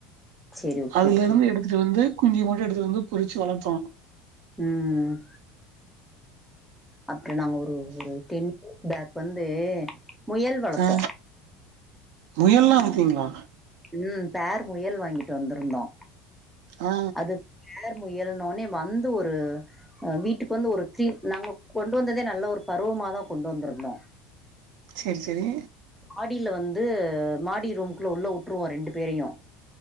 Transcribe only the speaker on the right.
அதுல
இருந்து எடுத்துட்டுந்து குஞ்சு மட்டு எடுத்துட்டு வந்து பொறிச்சு வளத்தோ
ஆ முயல்லா வப்பிங்களா
ஆ
செரி செரி